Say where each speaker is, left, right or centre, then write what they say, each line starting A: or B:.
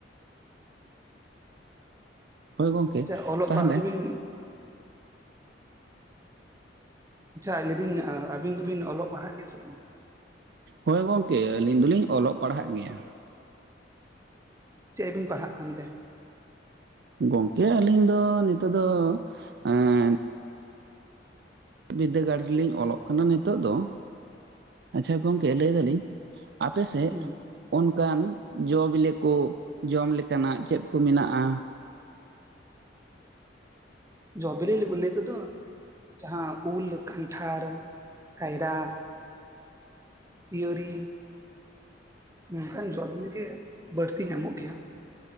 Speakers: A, on the right; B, on the right.
A: ᱦᱳᱭ ᱜᱚᱢᱠᱮ
B: ᱟᱪᱪᱷᱟ ᱚᱞᱚᱜ
A: ᱛᱟᱦᱚᱞᱮ
B: ᱯᱟᱲᱦᱟᱣ ᱫᱚᱵᱤᱱ ᱟᱪᱪᱷᱟ ᱞᱟᱹᱭᱮᱫᱤᱧ ᱟᱵᱤᱱ ᱫᱚᱵᱤᱱ ᱚᱞᱚᱜ ᱯᱟᱲᱦᱟᱜ ᱜᱮᱭᱟ ᱥᱮ ᱵᱟᱝ
A: ᱦᱳᱭ ᱜᱚᱝᱠᱮ ᱟᱹᱞᱤᱧ ᱫᱚᱞᱤᱧ ᱚᱞᱚᱜ ᱯᱟᱲᱦᱟᱜ ᱜᱮᱭᱟ
B: ᱪᱮᱫᱵᱤᱱ ᱯᱟᱲᱦᱟᱜ ᱠᱟᱱ ᱛᱮ
A: ᱜᱚᱝᱠᱮ ᱟᱹᱞᱤᱧ ᱫᱚ ᱱᱤᱛᱚᱜ ᱫᱚ ᱮᱸ.... ᱵᱤᱫᱽᱫᱟᱹᱜᱟᱲ ᱨᱮᱞᱤᱧ ᱚᱞᱚᱜ ᱠᱟᱱᱟ ᱱᱤᱛᱚᱜ ᱫᱚ ᱟᱪᱪᱷᱟ ᱜᱚᱝᱠᱮ ᱞᱟᱹᱭ ᱮ ᱫᱟᱞᱤᱧ ᱟᱯᱮ ᱥᱮᱫ
B: ᱦᱩᱸ
A: ᱚᱱᱠᱟᱱ ᱡᱚ ᱵᱤᱞᱤ ᱠᱚ ᱡᱚᱢ ᱞᱮᱠᱟᱱᱟᱜ ᱪᱮᱫ ᱠᱚ ᱢᱮᱱᱟᱜ-ᱟ
B: ᱡᱚᱵᱤᱞ ᱞᱟᱹᱭ ᱛᱮᱫᱚ ᱡᱟᱦᱟᱸ ᱩᱞ ᱠᱟᱱᱴᱷᱟᱲ ᱠᱟᱭᱨᱟ ᱯᱤᱭᱟᱹᱨᱤ ᱱᱚᱝᱠᱟᱱ ᱡᱚ ᱵᱤᱞᱤ ᱜᱮ ᱵᱟᱹᱲᱛᱤ ᱧᱟᱢᱚᱜ ᱜᱮᱭᱟ